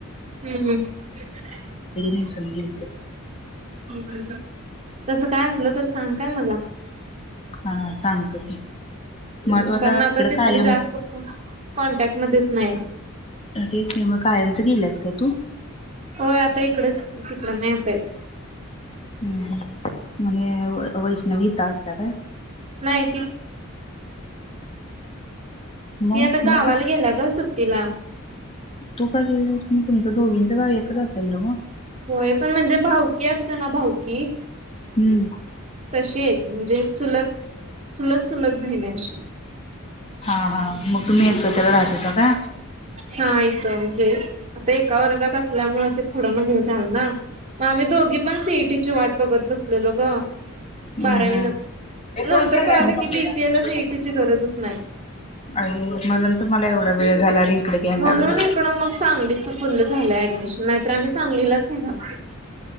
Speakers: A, on the right; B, on the left.
A: <unintelligible> हम्म
B: नेसून गेलतीत.
A: हम्म तस काय असलं तर सांग काय मला.
B: हा सांगतो की
A: हम्म
B: मग तो
A: कारण आता
B: तिकडं
A: तिथलं
B: कायम
A: जास्त कॉन कॉन्टॅक्ट मध्येच नाही.
B: तेच नाही मग कायमच गेल्यास काय तू?
A: होय आता इकडच तिकड नाई आता येत.
B: हम्म म्ह वैष्णवी इंथ असत्या का?
A: नाही
B: मग
A: ते आता गावाला
B: मग कस
A: गेला ग सुट्टीला.
B: तू का गेलीस मग तुमच्या दोघीं सर्व एकत्र असेलं न हो.
A: होय पण म्हंजे भाऊकी असते ना भाऊकी
B: हम्म.
A: कशे आहेत म्हणजे चुलत- चुलत- चुलत बहिण आहे अशी.
B: हा -हा- मग तुम्ही एकत्र राहता का काय?
A: हा म्हणजे ते एका वर्गात असल्यामुळे ते पुढं मागं झाल ना आम्ही दोघी पण सी ई टी ची वाट बघत बघत बसलेलो ग.
B: हम्म
A: बारावी न
B: फोन
A: नंतर
B: केलाय
A: कळालं
B: मग मम्मीला
A: की बीसीए ला
B: <unintelligible>
A: सीईटीची गरजच नाही
B: अरे हो तुम्हाला एवढा वेळ झाला आणि इकडे घ्यायला
A: म्हणून
B: लागला.
A: इकडं मग सांगलीच फूल्ल झालंय ऍडमिशन नाहीतर आम्ही सांगलीलाच- <unintelligible>